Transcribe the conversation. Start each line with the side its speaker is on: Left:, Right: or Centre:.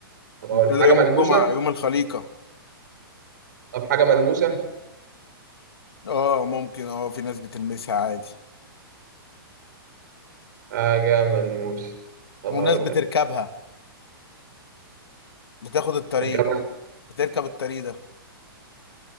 Right: طب هقول
Left: ابتدى
Right: حاجة
Left: يوم
Right: ملموسة
Left: الجمعه يوم الخليقه
Right: طب حاجة ملموسة
Left: اه ممكن اه في ناس بتلمسها عادي
Right: حاجة ملموسة طب
Left: وناس
Right: هقول
Left: بتركبها
Right: لك
Left: بتاخد الطريق
Right: تركبها
Left: بتركب الطريق ده